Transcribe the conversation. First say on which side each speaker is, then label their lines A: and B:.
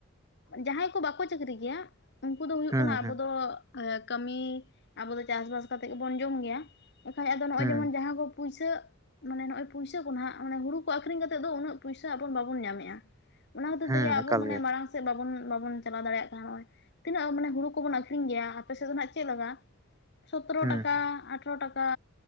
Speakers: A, on the left; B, on the right.
A: ᱡᱟᱦᱟᱸᱭ ᱠᱚ ᱵᱟᱠᱚ ᱪᱟᱹᱠᱨᱤ ᱜᱮᱭᱟ ᱩᱱᱠᱩ ᱫᱚ ᱦᱩᱭᱩᱜ
B: ᱦᱮᱸ
A: ᱠᱟᱱᱟ ᱟᱵᱚ
B: ᱦᱮᱸ
A: ᱫᱚ ᱮ ᱠᱟᱹᱢᱤ ᱟᱵᱚ ᱫᱚ ᱪᱟᱥ-ᱵᱟᱥ ᱠᱟᱛᱮᱜ ᱜᱮᱵᱚᱱ ᱡᱚᱢ ᱜᱮᱭᱟ᱾ ᱮᱱᱠᱷᱟᱭ ᱟᱫᱚ ᱱᱚᱜᱼᱚᱭ
B: ᱦᱮᱸ
A: ᱡᱮᱢᱚᱱ ᱡᱟᱦᱟᱸ ᱠᱚ ᱯᱩᱭᱥᱟᱹ ᱢᱟᱱᱮ ᱱᱚᱜᱼᱚᱭ ᱯᱚᱭᱥᱟᱹ ᱠᱚ ᱱᱟᱦᱟᱜ ᱢᱟᱱᱮ ᱦᱩᱲᱩ ᱠᱚ ᱟᱠᱷᱨᱤᱧ ᱠᱟᱛᱮᱫ ᱫᱚ ᱩᱱᱟᱹᱜ ᱯᱚᱭᱥᱟᱹ ᱟᱵᱚᱱ ᱵᱟᱵᱚᱱ ᱧᱟᱢᱮᱜᱼᱟ᱾ ᱚᱱᱟ ᱠᱷᱟᱹᱛᱤᱨ
B: ᱦᱮᱸ
A: ᱛᱮᱜᱮ ᱟᱵᱚ
B: ᱮᱠᱟᱞ
A: ᱢᱟᱱᱮ
B: ᱜᱮ
A: ᱢᱟᱲᱟᱝ ᱥᱮᱫ ᱵᱟᱵᱚᱱ ᱵᱟᱵᱚᱱ ᱪᱟᱞᱟᱣ ᱫᱟᱲᱮᱭᱟᱜ ᱠᱟᱱᱟ ᱱᱚᱜᱼᱚᱭ᱾ ᱛᱤᱱᱟᱹᱜ ᱟ ᱢᱟᱱᱮ ᱦᱩᱲᱩ ᱠᱚᱵᱚᱱ ᱟᱠᱷᱨᱤᱧ ᱜᱮᱭᱟ ᱟᱯᱮ ᱥᱮᱫ ᱫᱚ ᱱᱟᱦᱟᱜ ᱪᱮᱫ ᱞᱟᱜᱟᱼᱟ ᱥᱚᱛᱨᱚ
B: ᱦᱮᱸ
A: ᱴᱟᱠᱟ, ᱟᱴᱷᱮᱨᱚ ᱴᱟᱠᱟ᱾ ᱠᱟ